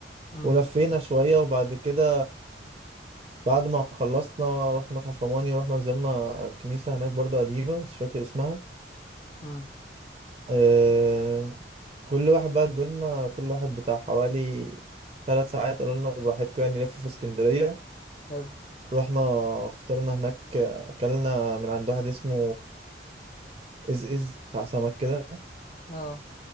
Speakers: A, on the left; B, on the right.
A: امم
B: ولفينا شوية وبعد كده بعد ما خلصنا رحت متحف روماني ورحنا زرنا كنيسة هناك برضو قديمة بس مش فاكر اسمها
A: امم
B: أه كل واحد بقى ادولنا كل واحد بتاع حوالي ثلاث ساعات قالوا لنا براحتكم يعني لف في اسكندرية
A: حلو
B: رحنا فطرنا هناك أكلنا من عند واحد اسمه إز إز بتاع سمك كده
A: اه